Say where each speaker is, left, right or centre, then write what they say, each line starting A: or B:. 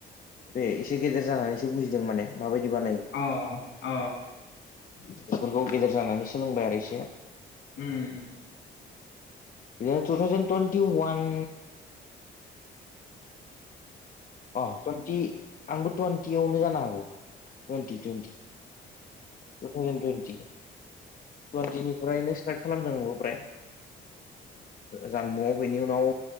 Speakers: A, on the left; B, on the left.
A: बे एसे गेदेर जानानैसो बुजिदों माने माबायदि बानायो।
B: अ अ।
A: बेफोरखौ गेदेर जानानै सोलोंबाय आरो एसे।
B: उम।
A: या टु थावजेन टन्टि वान अ टुवन्टि आंबो टुवन्टियावनो जानो हागौ। Twenty twenty two thousand twenty. Twenty निफ्रायनो स्टार्ट खालामदों आंबो फ्राय जानबुंआव बेनि उनाव